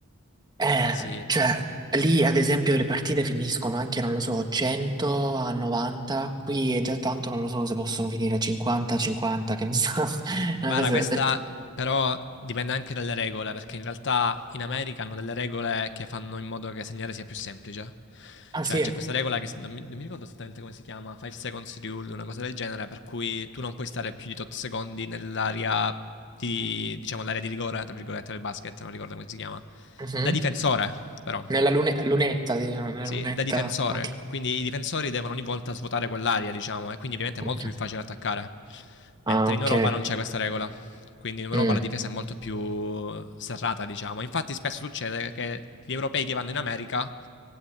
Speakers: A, on the right (about 20°); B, on the left (about 55°).
A: Eh,
B: sì,
A: cioè, lì ad esempio le partite finiscono anche, non lo so, 100 a 90, qui è già tanto, non lo so se possono finire 50 a 50, che ne so. <laughs> Una
B: Guarda,
A: cosa
B: questa
A: del-
B: però dipende anche dalle regole, perché in realtà in America hanno delle regole che fanno in modo che segnare sia più semplice.
A: Ah
B: Cioè,
A: sì,
B: c'è questa regola che s- non mi, non mi ricordo esattamente come si chiama, 5 seconds rule, una cosa del genere, per cui tu non puoi stare più di tot secondi nell'area di, diciamo, l'area di rigore, tra virgolette, del basket, non ricordo come si chiama,
A: mhm.
B: da difensore, però.
A: Nella lune- lunetta, diciamo, nella
B: Sì,
A: lunetta.
B: da difensore,
A: Ok.
B: quindi i difensori devono ogni volta svuotare quell'area, diciamo, e quindi ovviamente
A: Ok.
B: è molto più facile attaccare.
A: Ah,
B: Mentre
A: ok.
B: in Europa non c'è questa regola, quindi in Europa
A: Mm,
B: la difesa è molto più serrata, diciamo. Infatti spesso succede che gli europei che vanno in America